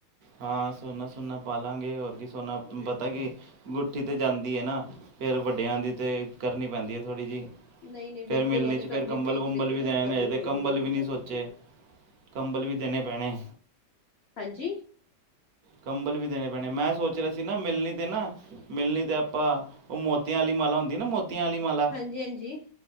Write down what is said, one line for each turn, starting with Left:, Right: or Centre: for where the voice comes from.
Right: ਹਾਂ ਸੋਨਾ ਸੋਨਾ ਪਾਾਲਾਂਗੇ ਹੋਰ ਕੀ ਸੋਨਾ ਪਤਾ ਕਿ ਗੁਠੀ ਤੇ ਜਾਂਦੀ ਹੈ ਨਾ ਫੇਰ ਵੱਡਿਆਂ ਦੀ ਤੇ ਕਰਨੀ ਪੈਂਦੀ ਹੈ ਥੋੜ੍ਹੀ ਜਿਹੀ
Left: ਨਹੀਂ ਨਹੀਂ ਬਿਲਕੁਲ
Right: ਫੇਰ ਮਿਲਣੀ
Left: ਉਹ ਤੇ
Right: ਚ
Left: ਕਰਨੀ
Right: ਫੇਰ ਕੰਬਲ
Left: ਪਏਗੀ
Right: ਕੁੰਬਲ
Left: ਦੇਖੋ
Right: ਵੀ
Left: ਤੁਹਾਨੂੰ
Right: ਦੇਣੇ
Left: ਕਰਨੀ
Right: ਨੇ ਅਜੇ ਤੇ
Left: ਪਏਗੀ
Right: ਕੰੰਬਲ
Left: ਬਿਲਕੁਲ
Right: ਵੀ ਨਹੀਂ
Left: ਕਰਨੀ
Right: ਸੋਚੇ।
Left: ਪਏਗੀ
Right: ਕੰੰਬਲ ਵੀ ਦੇਣੇ ਪੈਣੇ
Left: ਹਾਂਜੀ।
Right: ਕੰਬਲ ਵੀ ਦੇਣੇ ਪੈਣੇ ਮੈਂ ਸੋਚ ਰਿਹਾ ਸੀ ਨਾ ਮਿਲਣੀ ਤੇ ਨਾ ਮਿਲਣੀ ਤੇ ਆਪਾਂ ਉਹ ਮੋਤਆਂ ਵਾਲੀ ਮਾਲਾ ਹੁੰਦੀ ਨਾ ਮੋਤੀ ਤੀ ਆਲੀ ਮਾਲਾ
Left: ਹਾਂਜੀ ਹਾਂਜੀ